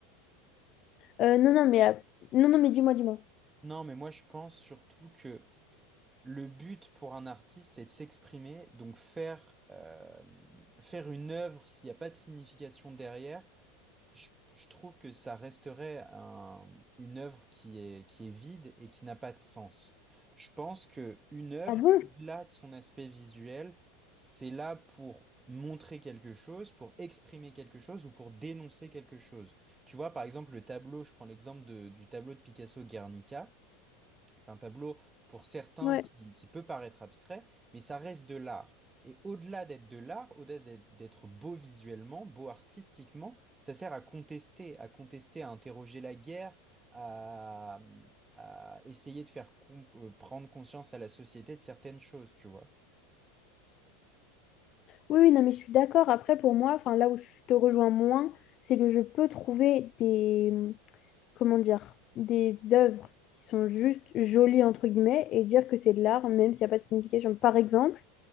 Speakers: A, on the left; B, on the right.
A: Euh, non, non, mais, euh, non, non, mais dis-moi, dis-moi.
B: Non, mais moi, je pense surtout que Le but pour un artiste, c'est de s'exprimer, donc faire, euh, faire une œuvre s'il n'y a pas de signification derrière. Je, je trouve que ça resterait un- une œuvre qui est, qui est vide et qui n'a pas de sens. Je pense que une œuvre,
A: Ah bon?
B: au-delà de son aspect visuel, c'est là pour montrer quelque chose, pour exprimer quelque chose ou pour dénoncer quelque chose. Tu vois, par exemple, le tableau, je prends l'exemple de- du tableau de Picasso Guernica. C'est un tableau pour certains
A: Ouais.
B: qui, qui peut paraître abstrait, mais ça reste de l'art. Et au-delà d'être de l'art, au-delà d'être d'être beau visuellement, beau artistiquement, ça sert à contester, à contester, à interroger la guerre, à, à essayer de faire comp- euh, prendre conscience à la société de certaines choses, tu vois.
A: Oui, oui, non, mais je suis d'accord. Après, pour moi, enfin, là où je te rejoins moins, c'est que je peux trouver des, hum, comment dire, des œuvres qui sont juste jolies, entre guillemets, et dire que c'est de l'art, même s'il n'y a pas de signification. Par exemple,